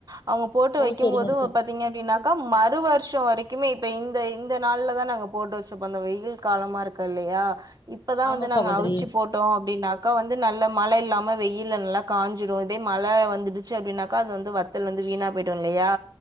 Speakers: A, on the right (about 40°); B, on the left (about 50°).
A: அவங்க போட்டு
B: ஓ
A: வைக்கும்
B: செரிங்க
A: போது
B: செரி
A: பாத்தீங்க அப்படின்னாக்கா மறு வருஷ் ஷோ வரைக்குமே இப்ப இந்த இந்த நாள்ல தா நாங்க போட்டு வச்சுப்போ அந்த வெயில் காலமா இருக்கு இல்லையா இப்பதா
B: ஆமா
A: வந்து நாங்க
B: சகோதரி
A: அவுச்சு போட் டோ அப்படின்னாக்கா வந்து நல்ல மழை இல்லாம வெயில் நல்லா காஞ்சிடு இதே மழ வந்துடுச்சு அப்படின்னாக்கா அது வந்து வ த்தல் வந்து வீணா போய்டு இல்லையா